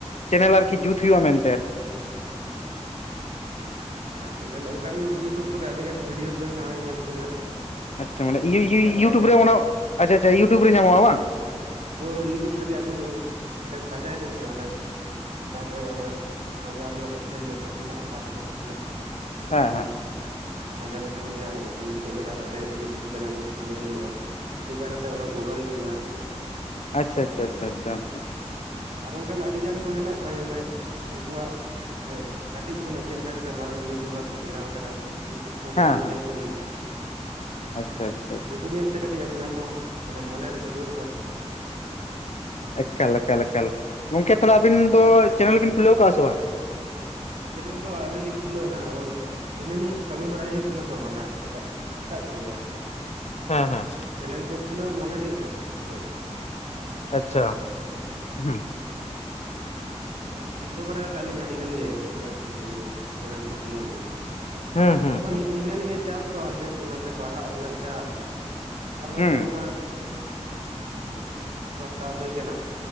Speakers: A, on the left (about 70°); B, on the right (about 75°).
A: ᱪᱮᱱᱮᱞ ᱟᱨᱠᱤ ᱡᱩᱛ ᱦᱩᱭᱩᱜᱼᱟ ᱢᱮᱱᱛᱮ ᱟᱨᱠᱤ
B: ᱟᱨ ᱪᱮᱱᱮᱞ ᱚᱝᱠᱟᱱ ᱤᱭᱩᱴᱩᱵᱽ ᱠᱚᱨᱮᱜ ᱟᱹᱰᱤ ᱜᱟᱱ ᱵᱷᱤᱰᱤᱭᱳ ᱠᱚ ᱦᱮᱱᱟᱜᱼᱟ ᱧᱮᱞ ᱵᱮᱱᱟᱜ
A: ᱟᱪᱷᱟ
B: ᱚᱱᱠᱟᱱ
A: ᱢᱟᱱᱮ ᱤᱭᱩ-ᱤᱭᱩ
B: ᱪᱮᱫᱠᱟ
A: ᱤᱭᱩᱴᱩᱵᱽ
B: ᱠᱟᱛᱮ ᱠᱚ
A: ᱨᱮ ᱚᱱᱟ ᱟᱪᱷᱟ ᱟᱪᱷᱟ ᱤᱭᱩᱴᱩᱵᱽ ᱨᱮ ᱧᱟᱢᱚᱜᱼᱟ ᱵᱟᱝ
B: ᱦᱳᱭ ᱤᱭᱩᱴᱩᱵᱽ ᱨᱮᱜᱮ ᱟᱹᱵᱤᱱ ᱚ ᱚᱸᱰᱮ ᱯᱟᱸᱡᱟᱭ ᱵᱮᱱ ᱥᱮ ᱚᱸᱰᱮ ᱪᱮᱛᱟᱱ ᱨᱮ ᱚᱱᱟ ᱯᱟᱸᱡᱟ ᱨᱮᱱᱟᱜ ᱚᱯᱥᱮᱱ ᱢᱤᱫᱴᱮᱱ ᱦᱮᱱᱟᱜᱼᱟ ᱥᱟᱨᱡᱽ ᱵᱚ ᱥᱮᱱᱟᱜᱼᱟ ᱚᱸᱰᱮ
A: ᱦᱮᱸ
B: ᱛᱮᱵᱮᱱ
A: ᱦᱮᱸ
B: ᱯᱟᱸᱡᱟ ᱞᱮᱠᱷᱟᱱ ᱜᱮ ᱜᱟᱱᱚᱜᱼᱟ ᱡᱮ ᱪᱮᱫ ᱞᱮᱠᱟ ᱠᱟᱛᱮᱜ ᱤᱭᱩᱴᱩᱵᱽ ᱪᱮᱱᱮᱞ ᱠᱷᱩᱞᱟᱹᱣ ᱦᱩᱭᱩᱜᱼᱟ? ᱟᱨ ᱪᱮᱫᱠᱟ ᱠᱟᱛᱮᱜ ᱚᱱᱟ ᱜᱨᱚᱭ ᱦᱩᱭᱩᱜᱼᱟ?
A: ᱟᱪᱷᱟ ᱟᱪᱷᱟ ᱟᱪᱷᱟ ᱪᱷᱟ ᱪᱷᱟ
B: ᱟᱨ ᱚᱱᱠᱟᱱ ᱟᱹᱰᱤ ᱜᱟᱱ ᱠᱚ ᱦᱮᱱᱟᱜ ᱠᱚᱣᱟ ᱡᱢᱮ <unintelligible> ᱩᱝᱠᱩᱣᱟᱜ ᱢᱟᱱᱮ ᱠᱟᱹᱴᱤᱡ ᱠᱷᱚᱱᱟᱜ ᱪᱮᱫ ᱞᱮᱠᱟ ᱠᱟᱛᱮᱫ ᱢᱟᱨᱟᱝ ᱤᱭᱩᱴᱩᱵᱟᱨ ᱠᱚ ᱵᱮᱱᱟᱣ ᱠᱟᱱᱟ ᱩᱝᱠᱩ ᱠᱩ ᱠᱟᱹᱴᱤᱡ
A: ᱦᱮᱸ
B: ᱧᱮᱞ ᱠᱚᱵᱤᱱ
A: ᱟᱪᱪᱷᱟ ᱟᱪᱪᱷᱟ
B: ᱩᱝᱠᱩ ᱧᱮᱞᱛᱮ ᱠᱟᱹᱴᱤᱡ ᱟᱹᱵᱤᱱᱟᱜ ᱦᱚᱸ ᱢᱟᱱᱮ ᱢᱚᱱᱮᱨᱮ ᱡᱳᱥ ᱵᱟᱹᱲᱛᱤᱜᱼᱟ᱾
A: ᱮᱠᱟᱞ ᱮᱠᱟᱞ ᱮᱠᱟᱞ ᱜᱚᱝᱠᱮ ᱛᱟᱦᱞᱮ ᱟᱵᱤᱱ ᱫᱚ ᱪᱮᱱᱮᱞ ᱵᱤᱱ ᱠᱷᱩᱞᱟᱹᱣ ᱠᱟᱜᱼᱟ ᱥᱮ ᱵᱟᱝ?
B: ᱟᱨ ᱪᱮᱱᱮᱞ ᱫᱚ ᱟᱹᱣᱨᱤ ᱞᱤᱝ ᱠᱷᱩᱞᱟᱹᱣ ᱱᱟᱦᱟᱜ ᱚᱞ ᱦᱤᱱᱟᱹ ᱱᱤᱭᱟᱹ ᱠᱚ ᱠᱟᱹᱢᱤ ᱵᱟᱲᱟᱭ ᱦᱩᱭᱩᱜ ᱠᱟᱱᱟ ᱛᱚ ᱚᱱᱟ ᱮᱴᱟᱜ ᱮᱴᱟᱜ ᱠᱚ ᱱᱤᱭᱟᱹ ᱟᱨᱠᱤ
A: ᱦᱮᱸ ᱦᱮᱸ
B: ᱪᱮᱱᱮᱞ ᱠᱚ ᱠᱷᱩᱞᱟᱹᱣ ᱢᱚᱱᱮ ᱦᱩᱭᱩᱜ ᱠᱟᱱᱟ ᱠᱷᱩᱞᱟᱹᱣ ᱫᱚ
A: ᱟᱪᱪᱷᱟ ᱦᱮᱸ
B: ᱩᱝᱠᱩ ᱪᱤᱱᱛᱟᱹ ᱵᱟᱲᱟ ᱟᱠᱟᱟᱜ ᱞᱤᱧ ᱟᱹᱰᱤ ᱜᱟᱱ ᱜᱮ ᱚᱱᱟ ᱠᱤᱪᱷᱩ ᱱᱤᱭᱟᱹ ᱪᱮᱱᱮᱞ ᱠᱚ ᱠᱷᱩᱞᱟᱹᱣ ᱱᱤᱭᱟᱹ
A: ᱦᱩᱸ ᱦᱩᱸ
B: ᱟᱫᱚ ᱦᱤ ᱦᱤᱱᱟᱹ ᱱᱤᱭᱟᱹ ᱪᱟᱯ ᱛᱚ ᱦᱟᱱᱛᱮ ᱱᱟᱛᱮ ᱯᱟᱲᱦᱟᱜ ᱨᱮᱱᱟᱜ ᱪᱟᱯ ᱟᱨ ᱱᱚᱛᱮ
A: ᱦᱩᱸ
B: ᱚᱱᱟ ᱚᱱᱟ ᱚᱱᱞᱟᱭᱤᱱ ᱨᱮᱱᱟᱜ ᱠᱟᱹᱢᱤ ᱠᱚ ᱦᱟᱛᱟᱣ ᱦᱩᱭ ᱠᱟᱱᱟ᱾